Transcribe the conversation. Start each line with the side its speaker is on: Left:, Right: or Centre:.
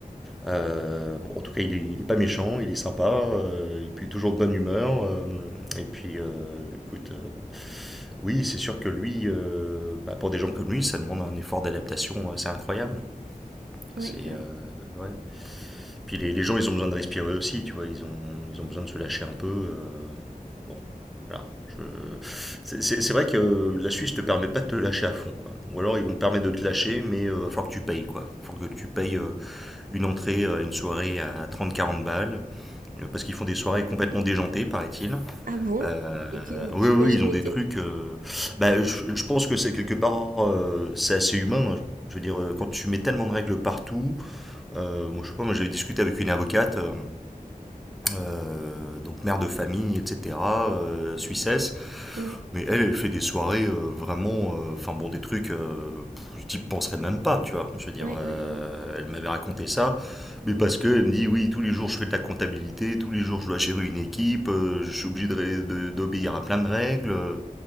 Centre: Euh, bon, en tout cas, il est, il est pas méchant, il est sympa, euh, et puis toujours de bonne humeur. euh, et puis, euh, écoute, euh, Oui, c'est sûr que lui, euh, bah, pour des gens comme lui, ça demande un effort d'adaptation assez incroyable.
Right: Ouais,
Centre: C'est
Right: ouais.
Centre: euh, ouais. Puis les, les gens, ils ont besoin de respirer aussi, tu vois. Ils ont, ils ont besoin de se lâcher un peu. euh, bon, voilà. Je... C'est c'est- c'est vrai que la Suisse te permet pas de te lâcher à fond, quoi. Ou alors ils vont te permettre de te lâcher, mais euh, va falloir que tu payes, quoi. Va falloir que tu payes euh, une entrée à une soirée à trente, quarante balles, euh, parce qu'ils font des soirées complètement déjantées, paraît-il.
Right: Ah bon?
Centre: Euh,
Right: Et tu, n-
Centre: oui,
Right: tu
Centre: oui,
Right: n'y as jamais
Centre: ils ont des
Right: été?
Centre: trucs. euh, bah, je, je pense que c'est quelque part, euh, c'est assez humain. hein. Je veux dire, euh, quand tu mets tellement de règles partout, euh, moi, je sais pas, moi j'avais discuté avec une avocate. euh, euh, donc mère de famille, etc., euh, Suissesse.
Right: Oui,
Centre: Mais elle, elle fait des soirées euh, vraiment, euh, enfin bon, des trucs, euh, pff, j'y penserais même pas, tu vois. Je veux dire,
Right: ouais,
Centre: euh,
Right: ouais, ouais,
Centre: elle m'avait raconté ça, mais parce que elle me dit, oui, tous les jours je fais de la comptabilité, tous les jours je dois gérer une équipe, euh, je suis obligé de ré- de- d'obéir à plein de règles,